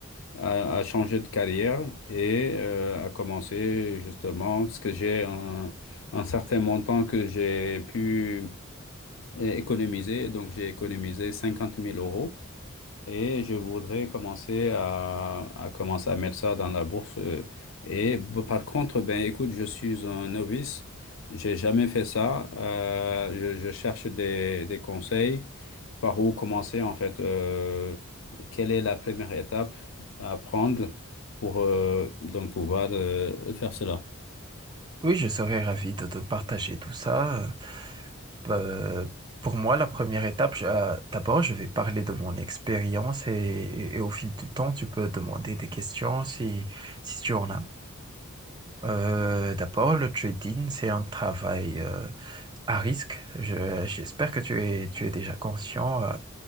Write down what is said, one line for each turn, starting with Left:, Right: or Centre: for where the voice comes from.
Left: à- à changer de carrière et euh, à commencer justement, parce que j'ai un, un certain montant que j'ai pu euh, économiser. Donc, j'ai économisé cinquante mille euros. Et je voudrais commencer à, à commencer à mettre ça dans la bourse. euh, Et b- par contre, ben écoute, je suis un novice. J'ai jamais fait ça. Euh, je, je cherche des, des conseils. Par où commencer en fait? euh, quelle est la première étape à prendre pour euh, donc pouvoir euh, faire cela?
Right: Oui, je serais ravi de te partager tout ça. Euh, pour moi, la première étape, je- euh, d'abord, je vais parler de mon expérience et, et au fil du temps, tu peux demander des questions si, si tu en as. Euh, d'abord, le trading, c'est un travail euh, à risque. Je- j'espère que tu es, tu es déjà conscient euh,